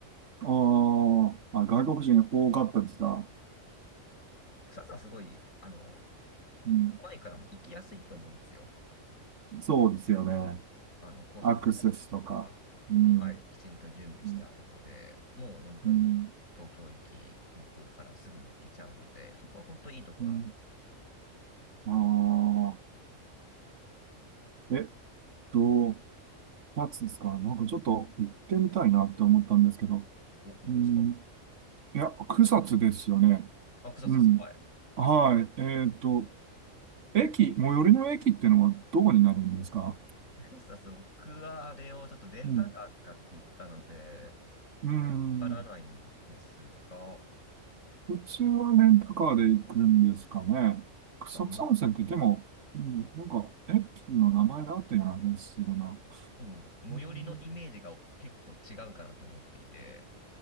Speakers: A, on the right; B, on the left.
A: あーあ、外国人多かったですか、
B: で、草津はすごい、あの、
A: うん、
B: 都内からも行きやすいと思うんですよ。
A: そうですよね。
B: あの、高速バスとか、
A: アクセスとか。うん。
B: はい、きちんと準備してあるので、
A: うん。
B: もう本当に東京駅、
A: うん。
B: 空港からすぐに行けちゃうので、そこは本当にいいところだなと思いますよ。
A: うんああ。えっと、二つですか。なんかちょっと行ってみたいなって思ったんですけど。
B: お、どこですか
A: うん、いや、草津ですよね。
B: あ、草津です。
A: うん。
B: はい。
A: はい。えっと、駅、最寄りの駅ってのはどこになるんですか
B: 草津、僕はあれをちょっとレンタカー使って行ったので、
A: うん。うん。
B: わからないんですが、
A: うちはレンタカーで行くんですかね。草津温泉って言っても、
B: 多分も、
A: うん、なんか駅の名前だっていう話だな。
B: 多分最寄りのイメージが結構違うかなと思っていて、
A: うん